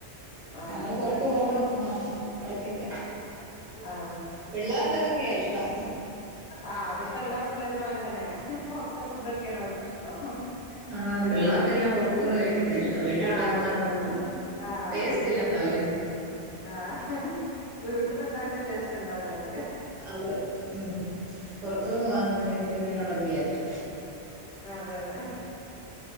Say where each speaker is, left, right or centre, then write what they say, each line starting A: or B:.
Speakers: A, on the left; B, on the right.
A: ആഹ്
B: ഞങ്ങള് പുറത്ത് പോകുമ്പം ആഹ് ഇടക്കൊക്കെ
A: ആഹ്
B: പിള്ളേർക്ക് അതൊക്കെയാ ഇഷ്ടം
A: ആഹ് അതിപ്പോ എല്ലാം പിള്ളേർക്കും അങ്ങനെ തന്നെയാണ് പൊറത്തെ ഫുഡൊക്കെയാണ് അവർക്കിഷ്ടം
B: ആഹ്
A: ഇവിടേക്കെ
B: പിള്ളേർക്കെല്ലാം
A: അങ്ങനെ തന്നേണ്
B: പുറത്തുനിന്ന് കഴിക്കുന്നതാ ഇഷ്ടം വീട്ടിൽ
A: ആഹ്
B: ഉണ്ടാക്കുന്നതിനോടൊന്നും
A: അതെ അതെ ആഹ്
B: ടേസ്റ്റ്
A: വീട്ടില്
B: ഇല്ലെന്നാ
A: ഉണ്ടാ
B: പറയുന്നേ
A: ആഹ് വീട്ടിന്ന് ഇണ്ടാക്കുന്ന ടേസ്റ്റ് ഉണ്ടാവില്ല ആർ
B: അത് ഉം പൊറത്തു നിന്ന് വാങ്ങുന്നത് എനിക്ക് <unintelligible>
A: അതെ അതെ